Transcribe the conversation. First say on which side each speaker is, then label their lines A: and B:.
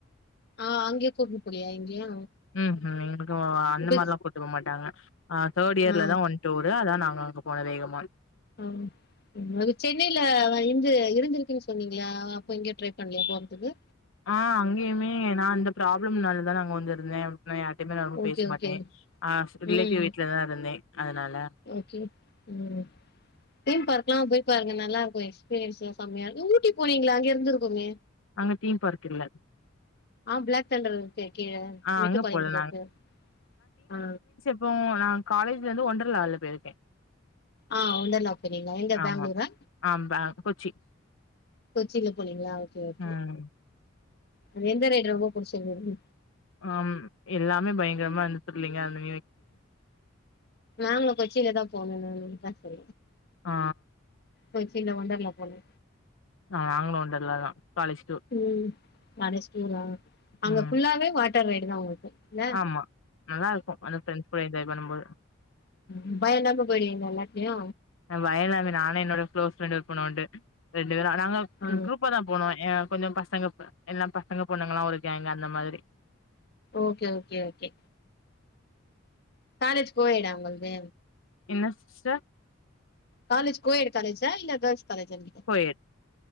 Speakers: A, on the left; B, on the left.
A: ஆ அங்கயே கூட்னு போலையா எங்கயு
B: ம் ம் எங்களுக்கு அந்த
A: இப்ப
B: மார்லா கூட்டு போ மாட்டாங்க ஆ தேர்ட் இயர்லதா
A: ஆ
B: ஒன் டூரு அதா நாங்க அங்க போன வேகமா
A: ம் அது சென்னைல வ இருந்து இருந்திருக்குன் சொன்னீங்ளா அப்ப எங்கயு ட்ரை பண்லயா போறதுக்கு
B: ஆ அங்கயுமே நா அந்த ப்ராப்ளம்னால தான அங்க வந்து இருந்தே நா யார்ட்டைமே நா ரொம்ப
A: ஓகே
B: பேச மாட்டே
A: ஓகே
B: ஆஸ் ரிலேட்டிவ்
A: ம்
B: வீட்ல தா இருந்தே அதனால
A: ஓகே ம் தீம் பார்க்லா போய் பாருங்க நல்லாருக்கு எக்ஸ்பீரியன்ஸ்லா செம்மையா இருக் ஊட்டி போனீங்ள அங்க இருந்துருக்குமே
B: அங்க தீம் பார்க் இல்ல
A: ஆ பிளாக் தண்டர் இருக்கே கீழ
B: ஆ
A: மேட்டுபாளையம்க்கு
B: அங்க போல
A: போய்ருக்கே ஆ
B: அப்றோ நா காலேஜ்லருந்து ஒன்டர்லாவ்ல போயிருக்கே
A: ஆ ஒண்டர்லா போறீங்ளா எங்க
B: ஆமா
A: பேங்ளூரா
B: ஆ பே கொச்சி
A: கொச்சில போனீங்ளா ஓகே ஓகே
B: ம்
A: அது எந்த ரைட் ரொம்ப புடிச்சிருந்தது
B: ஆம் எல்லாமே பயங்கரமா இருந்துச்சு த்ரில்லிங்க அந்த
A: நாங்களு கொச்சின்ல தா போணு இந்த லீவுக்காச்சு
B: ஆ
A: கொச்சின்ல ஒண்டர்லா போனு
B: ஆ நாங்களு ஒண்டர்லா தா காலேஜ் டூர்
A: ம் காலேஜ் டூரா அங்க
B: ம்
A: ஃபுல்லாவே வாட்டர் ரைடு தா உங்களுக்கு இல்ல
B: ஆமா நல்லாருக்கு வந்து ஃப்ரெண்ட்ஸ் கூட என்ஜாய் பண்ணும்போது
A: ம் பய இல்லாம போய்டுவிங்ளா எல்லாத்துலையு
B: அ பயோலா இல்ல நானு என்னோட க்ளோஸ் ஃப்ரெண்டு போனோ உண்டு ரெண்டு பேரு நாங்க
A: ஆ
B: ம் குரூப்பாதா போனோ ஏ கொஞ்ச பசங்க இப்ப எல்லா பசங்க பொண்ணுங்கலா ஒரு கேங்கு அந்த மாதிரி
A: ஓகே ஓகே ஓகே காலேஜ் கோயடா உங்கள்து
B: என்ன சிஸ்டர்
A: காலேஜ் கோயடு காலேஜா இல்ல கேர்ள்ஸ் காலேஜான் கே
B: கோயட்